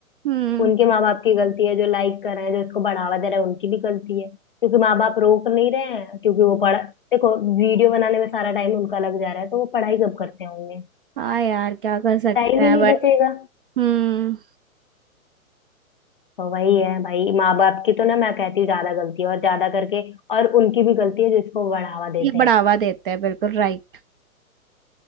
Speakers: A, on the right (about 40°); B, on the left (about 40°).
A: हम्म
B: उनके माँ बाप की गलती है जो लाइक कर रहे हैं जो इसको बढ़ावा दे रहे हैं उनकी भी गलती है क्योंकि माँ बाप रोक नहीं रहे हैं क्योंकि वो पढ़ देखो वीडियो बनाने में सारा टाइम उनका लग जा रहा है तो वो पढ़ाई कब करते होंगे
A: हाँ यार क्या कर सकते
B: टाइम
A: हैं
B: ही नहीं
A: बट
B: बचेगा
A: हम्म
B: तो वही है भाई माँ बाप की तो ना मैं कहती हूँ ज्यादा गलती है और ज्यादा करके और उनकी भी गलती है जो इसको बढ़ावा देते
A: ये बढ़ावा
B: हैं
A: देते हैं बिल्कुल राइट